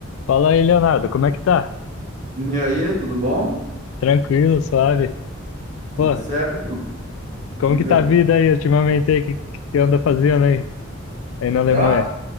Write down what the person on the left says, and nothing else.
Fala aí, Leonardo, como é que tá?
Tranquilo, suave?
Pô,
como que tá a vida aí ultimamente aí? Que, que anda fazendo aí, aí na Alemanha?